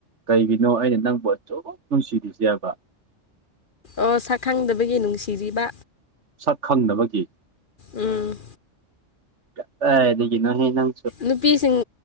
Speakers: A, on the right; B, on the left.
A: ꯀꯩꯒꯤꯅꯣ ꯑꯩꯅ ꯅꯪꯕꯨ ꯑꯁꯨꯛ ꯅꯨꯡꯁꯤꯔꯤꯁꯦꯕ
B: ꯑꯣ ꯁꯛꯈꯪꯗꯕꯒꯤ ꯅꯨꯡꯁꯤꯔꯤꯕ
A: ꯁꯛ ꯈꯪꯗꯕꯒꯤ
B: ꯎꯝ
A: ꯀꯗꯥꯏꯗꯒꯤꯅꯣꯍꯦ ꯅꯪ
B: ꯅꯨꯄꯤꯁꯤꯡ